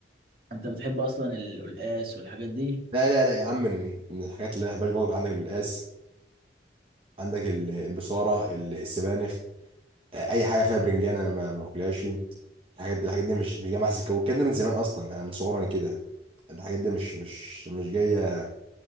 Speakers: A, on the right; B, on the right.
A: انت بتحب اصلا ال- القلقاس والحاجات دي
B: لا لا لا يا عم من من الحاجات اللي انا ما بحبهاش برضه عندك القلقاس عندك ال- البصاره ال- السبانخ اي حاجه فيها برنجان انا ما ما باكلهاش يعني. الحاجات دي الحاجات دي مش مش جايه معايا سكه والكلام ده من زمان اصلا انا من صغري انا كده الحاجات دي مش مش مش جايه